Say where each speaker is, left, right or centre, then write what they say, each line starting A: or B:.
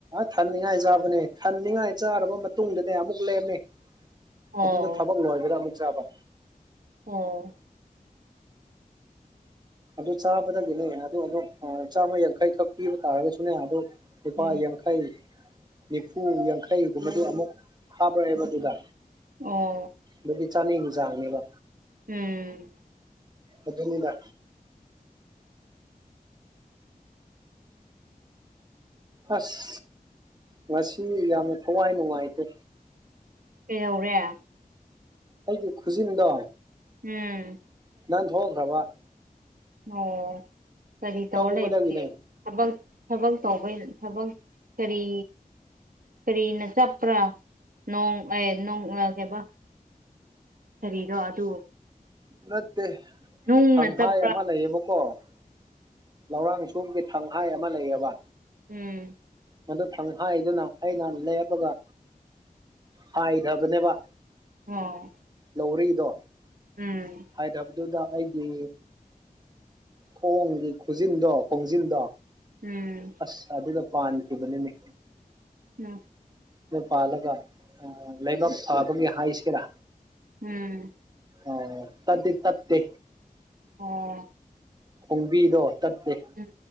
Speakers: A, on the right (about 25°); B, on the right (about 65°).
A: ꯊꯟꯅꯤꯡꯉꯥꯏ ꯆꯥꯕꯅꯦ ꯊꯅꯤꯡꯉꯥꯏ ꯆꯥꯔꯕ ꯃꯇꯨꯡꯗꯅꯦ ꯑꯃꯨꯛ ꯂꯦꯝꯃꯦ
B: ꯑꯣ
A: ꯑꯗꯨꯗ ꯊꯕꯛ ꯂꯣꯏꯕꯗ ꯑꯃꯨꯛ ꯆꯥꯕ
B: ꯑꯣ
A: ꯑꯗꯨ ꯆꯥꯕꯗꯒꯤꯅꯦ ꯑꯗꯨ ꯑꯣ ꯆꯥꯝꯃ ꯌꯥꯡꯈꯩꯈꯛ ꯄꯤꯕ ꯇꯥꯔꯒꯁꯨꯅꯦ ꯑꯗꯨꯣ ꯂꯨꯄꯥ
B: ꯎꯝ
A: ꯌꯥ ꯌꯥꯡꯈꯩ ꯅꯤꯐꯨ ꯌꯥꯡꯈꯩꯒꯨꯝꯕꯗꯤ ꯑꯃꯨꯛ ꯍꯥꯕ꯭ꯔꯛꯑꯦꯕ ꯑꯗꯨꯗ
B: ꯑꯣ
A: ꯑꯗꯨꯗꯤ ꯆꯥꯅꯤꯒ ꯆꯥꯡꯅꯦꯕ
B: ꯎꯝ
A: ꯑꯗꯨꯅꯤꯗ ꯑꯁ ꯉꯁꯤ ꯌꯥꯝꯅ ꯊꯋꯥꯏ ꯅꯨꯡꯉꯥꯏꯇꯦ
B: ꯀꯩꯗꯧꯔꯦ
A: ꯑꯩꯒꯤ ꯈꯨꯁꯤꯅꯗ
B: ꯎꯝ
A: ꯅꯥꯟ ꯊ ꯍꯣ꯭ꯔꯕ
B: ꯑꯣ ꯇꯔꯤ ꯇꯧꯅ
A: ꯇꯧꯕꯗꯒꯤꯅꯦ
B: ꯄ ꯊꯕꯛ ꯊꯕꯛ ꯇꯧꯕꯩ ꯊꯕꯛ ꯀꯔꯤ ꯀꯔꯤꯅ ꯆꯠꯄ꯭ꯔꯥ ꯅꯣꯡ ꯑꯦ ꯀꯩꯕ ꯀꯔꯤꯅꯣ ꯑꯗꯨ
A: ꯅꯠꯇꯦ
B: ꯅꯨꯡꯅ
A: ꯊꯪꯍꯥꯏ
B: ꯆꯞ
A: ꯑꯃ ꯂꯩꯌꯦꯕꯀꯣ ꯂꯧꯔꯥꯡ ꯁꯣꯒꯤ ꯊꯪꯍꯥꯏ ꯑꯃ ꯂꯩꯌꯦꯕ
B: ꯎꯝ
A: ꯃꯗꯨ ꯊꯪ ꯍꯥꯏꯥꯏꯗꯨꯅ ꯑꯩꯅ ꯂꯦꯞꯄꯒ ꯍꯥꯏꯗꯕꯅꯦꯕ
B: ꯑꯣ
A: ꯂꯧꯔꯛꯏꯗꯣ
B: ꯎꯝ
A: ꯍꯥꯏꯗꯕꯗꯨꯗ ꯑꯩꯒꯤ ꯈꯣꯡꯒꯤ ꯈꯨꯖꯤꯟꯗꯣ ꯈꯣꯡꯖꯤꯟꯗꯣ
B: ꯎꯝ
A: ꯑꯁ ꯑꯗꯨꯗ ꯄꯥꯟꯈꯤꯕꯅꯤꯅꯦ
B: ꯎꯝ
A: ꯄꯥꯜꯂꯒ ꯂꯩꯕꯥꯛ ꯐꯥꯕꯒꯤ ꯍꯥꯏꯁꯤꯒꯦꯔꯥ
B: ꯎꯝ
A: ꯑꯣ ꯇꯗꯤ ꯇꯠꯇꯦ
B: ꯑꯣ
A: ꯈꯣꯡꯕꯤꯗꯣ ꯇꯠꯇꯦ
B: ꯎꯝ